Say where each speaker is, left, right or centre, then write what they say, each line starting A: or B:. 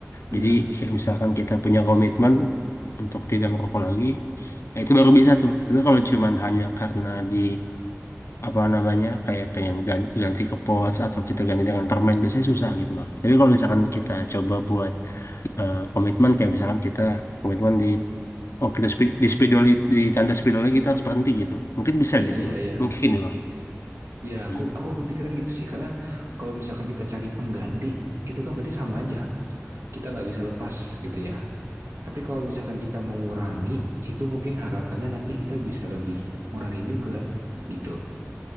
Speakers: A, on the right; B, on the left.
A: Bener.
B: Jadi kayak misalkan kita punya komitmen untuk tidak merokok lagi, nah itu baru bisa tuh. Tapi kalau cuman hanya karena di apa namanya kayak pengen ganti, ganti ke pods atau kita ganti dengan permen biasanya susah gitu Bang. Tapi kalau misalkan kita coba buat eh, komitmen kayak misalkan kita komitmen di oh kita speed, di spidol di tanda spidolnya kita harus berhenti gitu mungkin bisa
A: Ya,
B: gitu
A: ya,
B: bang
A: ya.
B: mungkin ya bang ya.
A: Ya,
B: hmm
A: aku aku kepikiran gitu sih. Karena kalau misalkan kita cari pengganti, itu kan berarti sama aja. kita nggak bisa lepas gitu ya. Tapi kalau misalkan kita mengurangi, itu mungkin harapannya nanti kita bisa lebih ngurangin juga gitu.